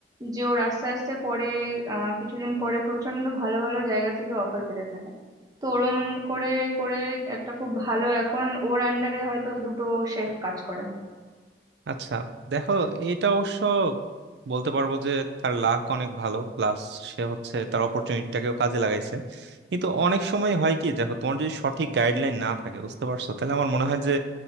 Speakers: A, on the right; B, on the right.
A: যে ওর আস্তে আস্তে পরে আহ, কিছুদিন পরে প্রচন্ড ভালো ভালো জায়গা থেকে অফার পেতে থাকে তো ওরম করে করে একটা খুব ভালো এখন ওর আন্ডারে হয়তো দুটো শেফ কাজ করে
B: আচ্ছা দেখো এটা অবশ্য বলতে পারবো যে তার লাক অনেক ভালো প্লাস সে হচ্ছে তার অপরচুনিটিটাকেও কাজে লাগাইছে কিন্তু অনেক সময় হয় কি দেখো তোমার যদি সঠিক গাইডলাইন না থাকে বুঝতে পারছো তাহলে আমার মনে হয় যে